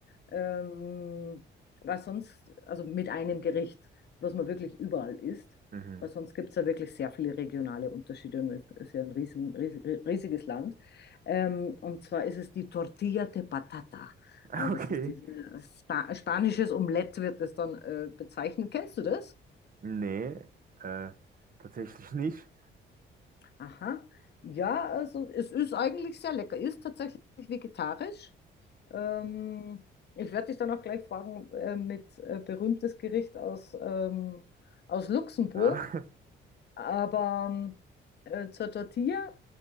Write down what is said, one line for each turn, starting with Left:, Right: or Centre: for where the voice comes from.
Left: ähm, was sonst, also mit einem Gericht, was man wirklich überall isst,
Right: Mhm.
Left: weil sonst gibt es ja wirklich sehr viele regionale Unterschiede und es ist ja ein riesen, riesen, riesiges Land. Ähm, und zwar ist es die Tortilla de Patata.
Right: <laughs>
Left: Also
Right: Okay.
Left: es ist dieses spa spanisches Omelett, wird das dann äh, bezeichnet. Kennst du das?
Right: Nee, äh, tatsächlich nicht.
Left: Aha. Ja, also es ist eigentlich sehr lecker. Ist tatsächlich vegetarisch. Ähm, ich werde dich dann auch gleich fragen äh, mit äh, berühmtes Gericht aus, ähm, aus Luxemburg.
Right: Ja,
Left: Aber ähm, äh, zur Tortilla,